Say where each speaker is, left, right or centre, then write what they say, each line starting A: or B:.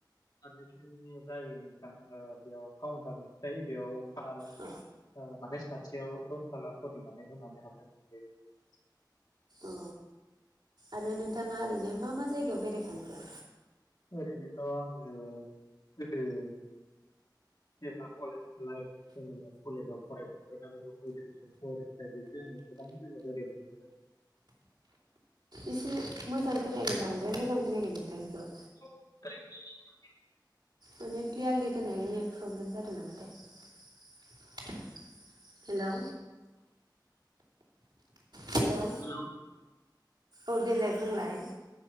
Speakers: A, on the left (about 55°); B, on the right (about 75°).
A: पारमिसन जायो नोंथां ओ बेयाव काउन्टार मोनस थायो बेयाव <unintelligible> ओ
B: औ
A: माने सासेयाव दसतका करे माने <unintelligible>
B: औ आरो नोंथाङा ओरैनो मा मा जायगायाव बेरायखांखो
A: ओरैनोथ' आङो गोदो जेल्बा कलेज लाइफ जेनेबा कलेजाव फरायफुबाय <unintelligible> जोंङो गोबां जायगायाव बेरायनो मोन्दों
B: एसे मोजां खोनाखै बांद्राय मोजां खोनायाखै नोंथांनिखौ
A: <unintelligible>
B: माने क्लियारलि खोनायाखै नेट प्रब्लेम जादों नामाथाय हेलौ हेलौ
A: स्कुलाव
B: औ देलाय बुंलाय
A: <unintelligible> <unintelligible>